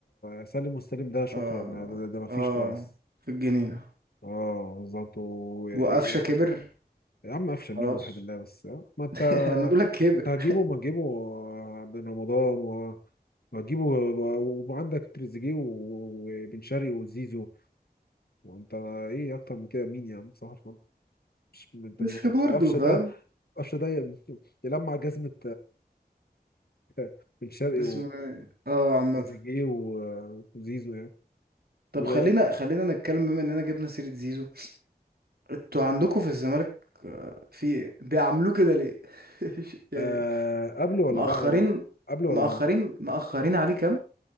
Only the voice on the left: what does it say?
سالم والسالم ده شكرا
ده, ده, ده مفيش
خالص
اه بالظبط و... يعني
يا عم قفشه
مين واحد الله بس آه. ما انت
انت هتجيبه ما تجيبه آه، بن رمضان و- وهتجيبه و- وعندك تريزيجيه و- وبن شرقي وزيزو وانت ايه اكتر من كده مين يا عم صح الفل. مش انت
ما- أنت
قفشه
ده قفشه ده يلمع جزمه آه، بن شرقي
تريزيجيه و- وزيزو يعني
دول-
آه قبل ولا
بعد قبل ولا
بعد